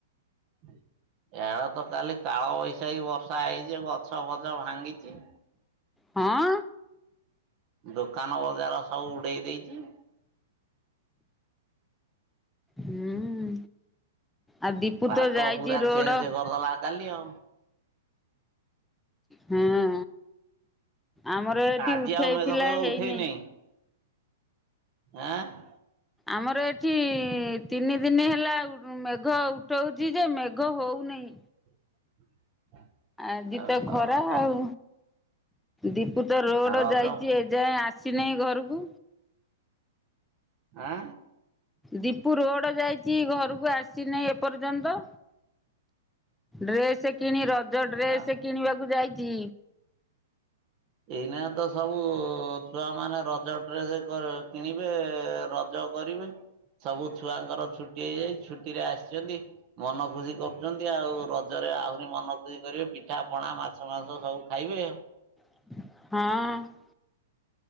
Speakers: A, on the right (about 40°); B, in the centre.
A: ଇଆଡ଼େ ତ କାଲି କାଳ ବୈଶାଖୀ ବର୍ ଷା ହେଇଚି ଯେ ଗଛ ଫଛ ଭାଙ୍ଗିଚି।
B: ହଁ?
A: ଦୋକାନ ବଜାର ସବୁ ଉଡ଼େଇ ଦେଇଚି।
B: ହୁଁ ଆ ଦୀପୁ
A: ପାଗ
B: ତ ଯାଇଚି
A: ପୁରା
B: ରୋଡ଼।
A: ଚେଞ୍ଜ କରିଦେଲା କାଲି ଅ।
B: ହଁ ଆମର ଏଠି
A: ଆଜି
B: ଉଠେଇଥିଲା
A: ଆଉ ମେଘ ଫେଘ
B: ହେଇନି
A: ଉଠେଇନେଇ। ଆଁ? ଳ
B: ଆମର ଏଠି ତିନି ଦିନି ହେଲା ଉ ମେଘ ଉଠଉଚି ଯେ ମେଘ ହୋଉନେଇ।
A: <inaudible>
B: ଆଜି
A: ଓହୋ
B: ତ ଖରା ଆଉ। ଦୀପୁ ତ ରୋଡ଼
A: ହ। ରଜ
B: ଯାଇଚି ଏଯାଏଁ ଆସିନେଇ ଘରୁକୁ।
A: ଆଁ?
B: ଦୀପୁ ରୋଡ଼ ଯାଇଚି ଘରୁକୁ ଆସିନେଇ ଏପର୍ଯ୍ୟନ୍ତ। ଡ୍ରେସେ କିଣି ରଜ ଡ୍ରେସେ
A: ଆଁ।
B: କିଣିବାକୁ ଯାଇଚି।
A: ଏଇନାଗେ ତ ସବୁ ଛୁଆମାନେ ରଜ ଡ୍ରେସେ କ କିଣିବେ ରଜ କରିବେ। ସବୁ ଛୁଆଙ୍କର ଛୁଟି ହେଇଯାଇଚି ଛୁଟିରେ ଆସଚନ୍ତି। ମନ ଖୁସି କରୁଚନ୍ତି ଆଉ ରଜରେ ଆହୁରି ମନ ଖୁସି କରିବେ ପିଠା ପଣା ମା ଛ, ମାଂସ ସବୁ ଖାଇବେ।
B: ହଁ।